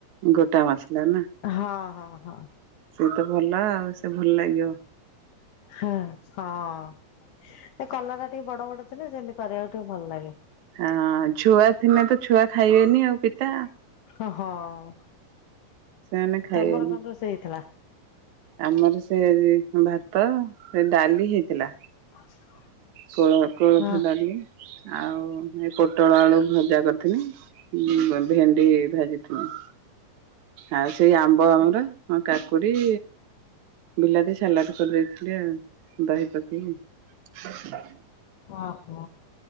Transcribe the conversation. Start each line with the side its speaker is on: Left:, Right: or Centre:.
Right: ଗୋଟା ମାସଲା ନା
Left: ହଁ ହଁ ହଁ।
Right: ସେ ତ ଭଲ ଆଉ ସେ ଭଲ ଲାଗିବ।
Left: ହଁ ହଁ ସେ କଲର ଟା ଟିକେ ବଡ ବଡ ଥିଲେ ସେମିତି କରିବାକୁ ଟିକେ ଭଲ ଲାଗେ।
Right: ହଁ ଛୁଆ ଥିଲେ ତ ଛୁଆ ଖାଇବେନି ଆଉ ପିତା।
Left: ହ ହଁ।
Right: ସେମାନେ ଖାଇବେନି।
Left: ତମର କଣ ରୋଷେଇ ହେଇଥିଲା?
Right: ଆମର ସେ ଭାତ ସେ ଡାଲି ହେଇଥିଲା।
Left: <inaudible>
Right: କୋ କୋଳଥ
Left: ହଁ
Right: ଡାଲି ଆଉ ଏ ପୋଟଳ ଆଳୁ ଭଜା କରିଥିଲି। ହଁ ଭେଣ୍ଡି ଭାଜିଥିଲି। ଆଉ ସେଇ ଆମ୍ବ ଆମର ହଁ କାକୁଡି ବିଲାତି ସାଲାଡ଼ କରିଦେଇଥିଲି ଆଉ ଦହି ପକେଇକି।
Left: ଓ ହ